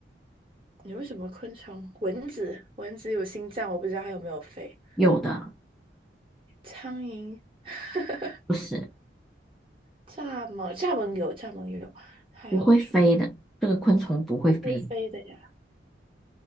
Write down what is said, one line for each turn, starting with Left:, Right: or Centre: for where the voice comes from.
Right: 你为什么昆虫？蚊子，蚊子有心脏，我不知道它有没有肺。
Centre: 有的，
Right: 苍蝇，<laughs>
Centre: 不是，
Right: 蚱蜢，蚱蜢有，蚱蜢有，还有什么？
Centre: 不会飞的，这个昆虫不会飞。
Right: 不会飞的呀，